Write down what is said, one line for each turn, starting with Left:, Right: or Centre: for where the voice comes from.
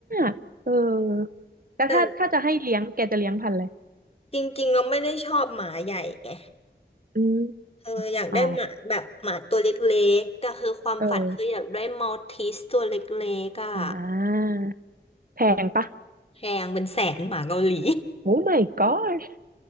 Right: กเออแต่ถ้าถ้าจะให้เลี้ยงแกจะเลี้ยงพันธุ์อะไร
Left: แต่จริงๆเราไม่ได้ชอบหมาใหญ่ไง
Right: อืม
Left: เธออยากได้หมาแบบหมาตัวเล็กๆก็คือความฝันคืออยากได้มัลติสตัวเล็กๆอ่ะ
Right: อ๋อเอออ่าแพงปะ
Left: เออแพงเป็นแสนหมาเกาหลี
Right: โอ้ my god